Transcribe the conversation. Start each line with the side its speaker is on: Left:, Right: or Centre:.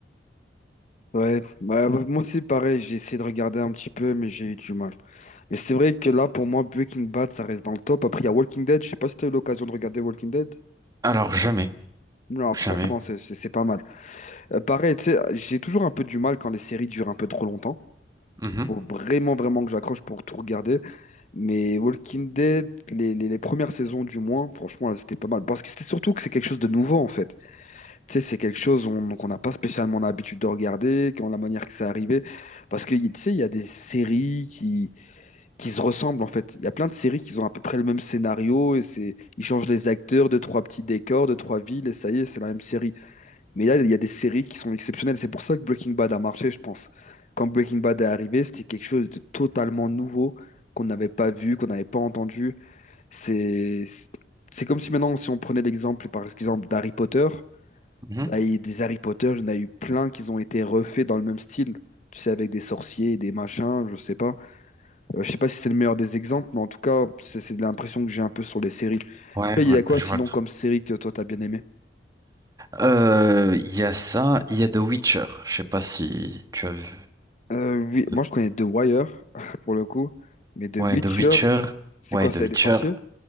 Left: Ouais, bah, moi aussi, pareil, j'ai essayé de regarder un petit peu, mais j'ai eu du mal. Mais c'est vrai que là, pour moi, Breaking Bad, ça reste dans le top. Après, il y a Walking Dead. Je sais pas si t'as eu l'occasion de regarder Walking Dead.
Right: Alors jamais,
Left: Non, franchement,
Right: jamais.
Left: c'est c'est- c'est pas mal. Euh, pareil, tu sais, j'ai toujours un peu du mal quand les séries durent un peu trop longtemps.
Right: Mhm,
Left: Faut vraiment, vraiment que j'accroche pour tout regarder. Mais Walking Dead, les, les, les premières saisons du moins, franchement, là, c'était pas mal. Parce que c'était surtout que c'est quelque chose de nouveau, en fait. Tu sais, c'est quelque chose on- qu'on n'a pas spécialement l'habitude de regarder, quand la manière que ça arrivait. Parce que, tu sais, il y a des séries qui, qui se ressemblent, en fait. Il y a plein de séries qui ont à peu près le même scénario, et c'est, ils changent les acteurs, deux, trois petits décors, deux, trois villes, et ça y est, c'est la même série. Mais là, il y a des séries qui sont exceptionnelles. C'est pour ça que Breaking Bad a marché, je pense. Quand Breaking Bad est arrivé, c'était quelque chose de totalement nouveau, qu'on n'avait pas vu, qu'on n'avait pas entendu. C'est, c'est comme si maintenant, si on prenait l'exemple, par exemple, d'Harry Potter.
Right: mhm.
Left: Bah, il y a des Harry Potter, il y en a eu plein qui ont été refaits dans le même style. Tu sais, avec des sorciers, des machins, je sais pas. Euh, je sais pas si c'est le meilleur des exemples, mais en tout cas, c'est c'est l'impression que j'ai un peu sur les séries.
Right: Ouais,
Left: Après, il
Right: ouais,
Left: y a quoi
Right: je
Left: sinon
Right: vois.
Left: comme série que toi t'as bien aimé?
Right: Euh, Il y a ça, il y a The Witcher. Je sais pas si tu as vu.
Left: Euh, oui,
Right: The-
Left: moi je connais The Wire, <laughs> pour le coup, mais The
Right: Ouais,
Left: Witcher,
Right: The Witcher.
Left: C'est
Right: Ouais,
Left: quoi,
Right: The
Left: c'est
Right: Witcher.
Left: des sorciers?